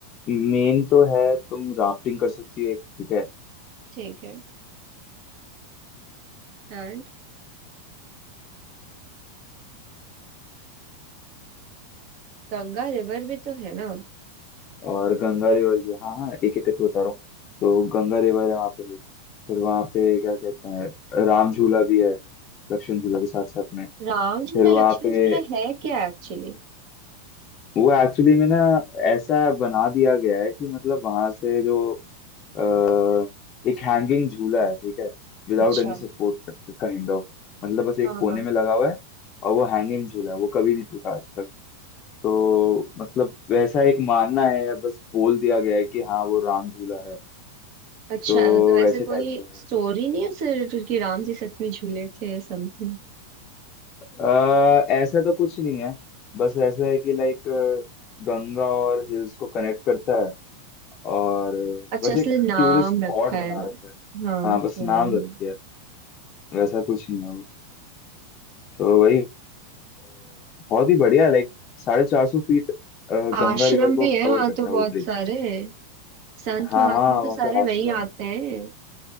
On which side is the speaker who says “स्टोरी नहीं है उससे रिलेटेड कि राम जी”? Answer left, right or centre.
Right